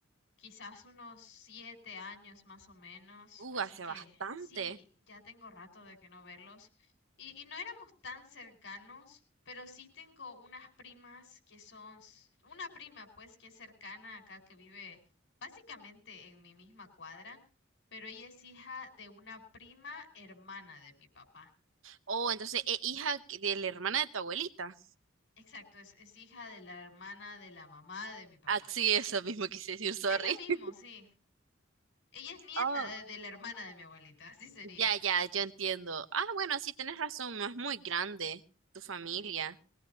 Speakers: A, on the left; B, on the right.
A: quizás unos siete años más o menos,
B: Uh,
A: así
B: hace
A: que
B: bastante.
A: sí, ya tengo rato de que no verlos. Y, y no éramos tan cercanos, pero sí tengo unas primas que son, s- una prima pues que es cercana acá, que vive básicamente en mi misma cuadra, pero ella es hija de una prima hermana de mi papá.
B: Oh, entonces es hija que- de la hermana de tu abuelita.
A: Exacto, es, es hija de la hermana de la mamá de mi papá.
B: Ah, sí, eso mismo quise decir, sorry.
A: Es lo mismo,
B: <laughs>
A: sí. Ella es nieta
B: Oh,
A: de de la hermana de mi abuelita, así sería.
B: Ya, ya, yo entiendo. Ah, bueno, sí, tenés razón, no es muy grande tu familia.